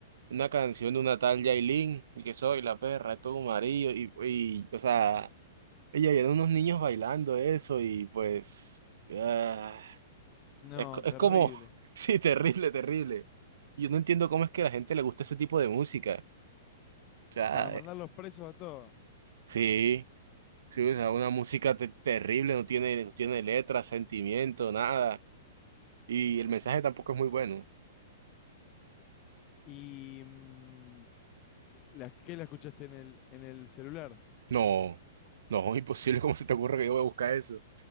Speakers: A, on the right (about 80°); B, on the left (about 30°).
A: Una canción de una tal Yailin, y que soy la perra, es todo amarillo, y, y, o sea, Y ahí eran unos niños bailando eso y pues ah,
B: No,
A: es, co-
B: terrible.
A: es como, <laughs> sí, terrible, terrible. Yo no entiendo cómo es que a la gente le gusta ese tipo de música. O sea,
B: Para mandarlos
A: eh,
B: presos a todos.
A: sí, sí, o sea, una música te- terrible, no tiene, no tiene letra, sentimiento, nada. Y el mensaje tampoco es muy bueno.
B: ¿Y mm, la, qué la escuchaste en el, en el celular?
A: No, no, <laughs> imposible, ¿cómo se te ocurre que yo voy a buscar eso? O